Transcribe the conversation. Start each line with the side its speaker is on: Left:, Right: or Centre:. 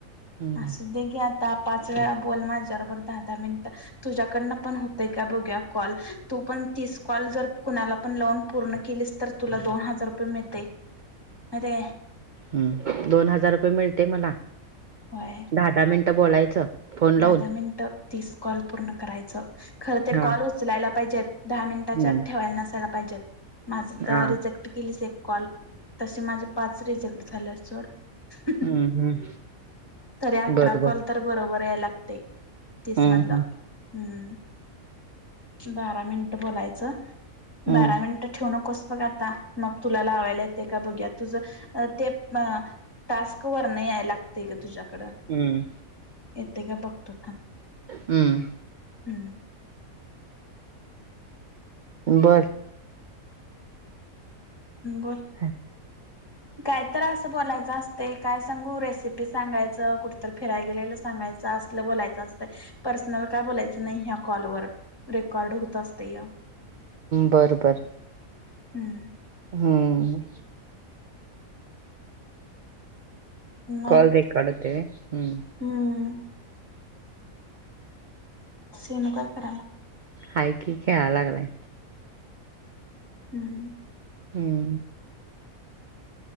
Right: हम्म
Left: असू दे की आता पाच वेळा बोल माझा बरोबर दहा -दहा मिनिट. तुझ्याकडन पण होतय का बघू कॉल, तू पण तीस कॉल जर कुणाला पण लावून पूर्ण केलीस तर तुला दोन हजार रुपये मिळतय.. अरे
Right: हम्म... दोन हजार रुपये मिळते मना.
Left: व्हय
Right: दहा -दहा मिनिटं बोलायचं. फोन लावून
Left: दहा -दहा मिनिटं तीस कॉल पूर्ण करायचं, खरं ते
Right: हा
Left: कॉल उचलायला पाहिजेत. दहा मिनिटाच्या
Right: हम्म
Left: ठेवायला नसायला पाहिजेत, माझं
Right: हा
Left: <inaudible> केलीस एक कॉल तसे माझे पाच रिझेक्ट झाले सोड ह्.. ह्..
Right: हम्म.. हम्म...
Left: तरी अठरा
Right: बरोबर
Left: कॉल तर बरोबर याय लागतंय. तीसमधलं,
Right: हम्म हम्म
Left: हम्म.. बारा मिनट बोलायचं.
Right: हम्म
Left: बारा मिनट ठेव नकोस बघ आता, मग तुला लावायला येत का बघूया तुझं.. ते.. अ.. टास्क वरन याय लागतय ग.. तुझ्या कड..
Right: हम्म हम्म
Left: येते का बघतो थांब,
Right: हम्म
Left: हम्म
Right: बरं
Left: बोल
Right: हा
Left: काय तर असं बोलायचं असते काय सांगू रेसिपी सांगायच. कुठ फिरायला गेलेल सांगयचं असलं बोलायचं पर्सनल बोलायचं तर नाही ह्या कॉलवर रेकॉर्ड होत असत या.
Right: बर बर
Left: हम्म
Right: हम्म कॉल
Left: मग
Right: रेकॉर्ड होतंय व्हव. हम्म
Left: हम्म.. ह्म्म्म त्यांन काय कराव लागतंय.
Right: आहे की खेळाय लागलाय.
Left: ह़.. ह़..
Right: हम्म